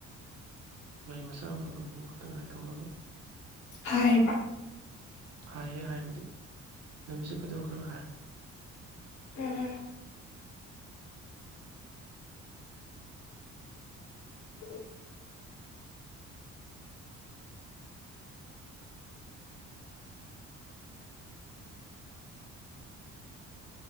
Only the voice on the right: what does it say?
ꯒꯥꯔꯤ ꯃꯆꯥ ꯈꯕꯕꯨ ꯈꯛꯇꯪ ꯉꯥꯏ ꯊꯧꯅꯕ
ꯍꯥꯏꯌꯦ ꯍꯥꯏꯕꯨꯗꯤ ꯂꯝꯕꯤꯁꯦ ꯐꯖꯕ ꯈꯔ ꯍꯥꯏ